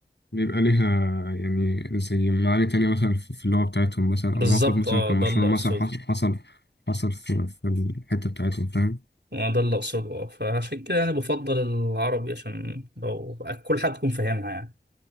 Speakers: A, on the left (about 80°); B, on the right (about 75°).
A: بيبقى ليها يعني زي معاني تانية مثلا في في اللغة بتاعتهم مثلا
B: بالظبط
A: أو موقف مثلا
B: اه
A: كان
B: ده
A: مشهور
B: اللي اقصده
A: مثلا حصل حصل حصل في, في الحتة بتاعتهم فاهم
B: آه، ده اللي اقصده اه فعشان كده انا بفضل العربي عشان لو كل حد يكون فاهمها يعني